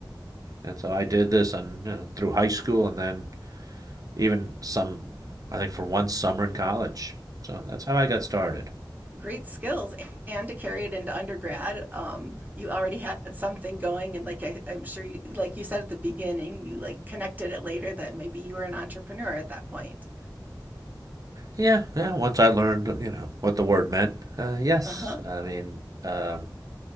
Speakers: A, on the right; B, on the right.
A: and so I did this on, you know, through high school and then even some, I think for one summer in college. So that's how I got started.
B: great skills and to carry it into undergrad um, you already had something going and like I, i'm sure you, like you said at the beginning you like connected it later that maybe you were an entrepreneur at that point
A: Yeah, yeah. Once I learned, you know, what the word meant, uh, yes.
B: uh-huh
A: I mean, um,